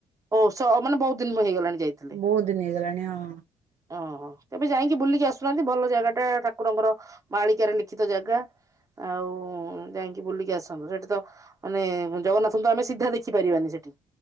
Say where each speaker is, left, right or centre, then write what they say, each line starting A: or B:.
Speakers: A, on the right (about 25°); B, on the right (about 55°).
A: ଓ ସ ମାନେ ବହୁତ ଦିନ ହେଇଗଲାଣି ଯାଇଥିଲେ।
B: ବହୁ ଦିନ ହେଇଗଲାଣି ହଁ।
A: ଓହୋ ତେବେ ଯାଇକି ବୁଲିକି ଆସୁନାହାନ୍ତି ଭଲ ଜାଗା ଟା ଠାକୁରଙ୍କର ମାଳିକାରେ ଲିଖିତ ଜାଗା। ଆଉ ଯାଇକି ବୁଲିକି ଆସନ୍ତୁ ସେଠି ତ ମାନେ ଜଗନ୍ନାଥଙ୍କୁ ତ ଆମେ ସିଧା ଦେଖିପାରିବାନି ସେଠି।